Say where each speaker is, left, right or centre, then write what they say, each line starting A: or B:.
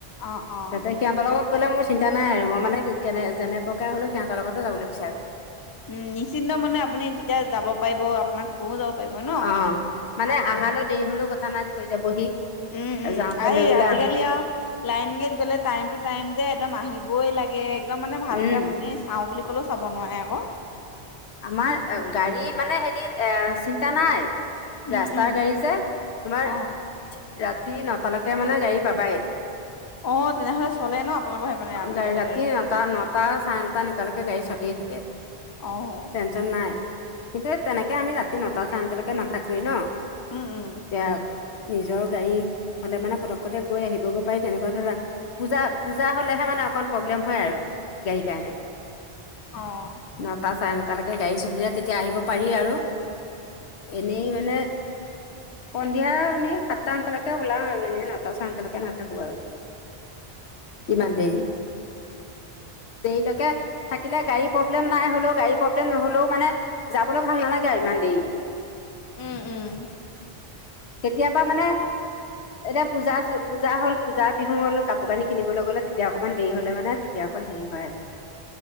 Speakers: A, on the left (about 30°); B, on the left (about 80°).
A: অ', অ'।
B: তাতে সিহঁতৰ লগত গ'লে মোৰ চিন্তা নাই আৰু মই মানে কেনে যেনে প্ৰকাৰে হ'লেও সিহঁতৰ লগতে যাব বিচাৰো।
A: উম, নিশ্চিন্ত মানে আপুনি তেতিয়া যাব পাৰিব আপোনাক থ'বওঁ যাব পাৰিব। ন?
B: অ', মানে
A: আকৌ
B: আহালৈ দেৰি হ'লেও কথা নাই থৈ যাবহি।
A: উম, উম,
B: যাওঁতে
A: এই
B: লৈ গ'লা
A: আজিকালি আৰু লাইন গাড়ীত গ'লে টাইম টু টাইম যে একদম আহিবই লাগে একদম মানে ভালকে
B: উম
A: আপুনি চাওঁ বুলি ক'লেও চাব নোৱাৰে আকৌ।
B: আমাৰ গাড়ী মানে হেৰি এ, চিন্তা নাই।
A: উম,
B: ৰাস্তাৰ
A: উম,
B: গাড়ী যে তোমাৰ
A: অ'।
B: ৰাতি নটালৈকে মানে গাড়ী পাবাই।
A: অ', তেনেহ'লে চলে ন আপোনালোকৰ সেইপিনে ৰাতিলৈকে
B: গাড়ী ৰাতি নটা নটা চাৰে নটা এনকালৈকে গাড়ী চলিয়ে থাকে।
A: অ'।
B: টেনচন নাই কিন্তু তেনেকে আমি ৰাতি নটা চাৰে নটালৈকে নাথাকোৱেই ন'।
A: উম, উম।
B: দিয়ক। নিজৰ গাড়ী হ'লে মানে পটক্কতে গৈ আহিবগৈ পাৰি তেনেকুৱা ধৰণা পূজা পূজা হ'লেহে মানে অকণ প্ৰব্লেম হয় আৰু গাড়ীৰ কাৰণে।
A: অ'।
B: নটা চাৰে নটালৈকে গাড়ী চলিলে তেতিয়া আহিব পাৰি আৰু এনেই মানে সন্ধিয়া আমি সাতটা নটালৈকে ওলাও আৰু এনে নটা চাৰে নটালৈকে নাথাকোঁ আৰু। ইমান দেৰি। দেৰিলৈকে থাকিলে গাড়ীৰ প্ৰব্লেম নাই হ'লেও গাড়ী প্ৰব্লেম নহ'লেও মানে যাবলৈ ভাল নালাগে আৰু ইমান দেৰি।
A: উম, উম।
B: কেতিয়াবা মানে এতিয়া পূজা পূজা হ'ল পূজা, বিহু হ'ল কাপোৰ কানি কিনিবলৈ গ'লে তেতিয়া অকনমান দেৰি হ'লে মানে তেতিয়া অকণ হেৰি হয় আৰু।